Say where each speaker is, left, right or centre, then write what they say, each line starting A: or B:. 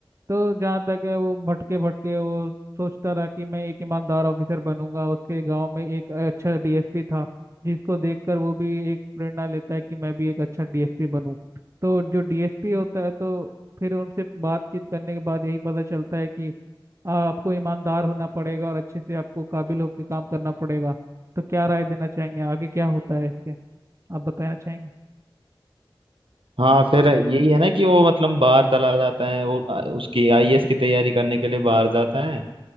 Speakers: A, on the right; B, on the right.
A: तो जहाँ तक है वो भटके भटके वो सोचता रहा कि मैं एक ईमानदार ऑफिसर बनूंगा उसके गांव में एक अच्छा डीएसपी था जिसको देखकर वो भी एक प्रेरणा लेता है कि मैं भी एक अच्छा डीएसपी बनूं तो जो डीएसपी होता है तो फिर उनसे बातचीत करने के बाद यही पता चलता है कि आपको ईमानदार होना पड़ेगा और अच्छे से आपको काबिल होकर काम करना पड़ेगा तो क्या राय देना चाहेंगे आगे क्या होता है इसके आप बताना चाहेंगे
B: हाँ फिर यही है ना कि वो मतलब बाहर चला जाता है वो अ, उसकी आईएएस की तैयारी करने के लिए बाहर जाता है